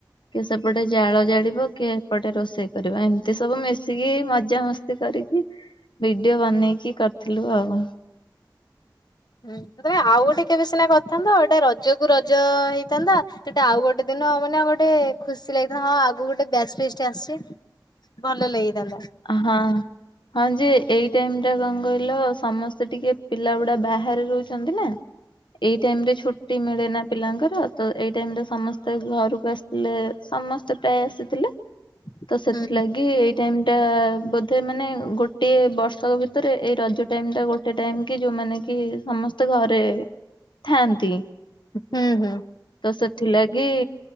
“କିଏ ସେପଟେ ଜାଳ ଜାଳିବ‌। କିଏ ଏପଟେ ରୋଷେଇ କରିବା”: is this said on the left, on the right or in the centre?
Left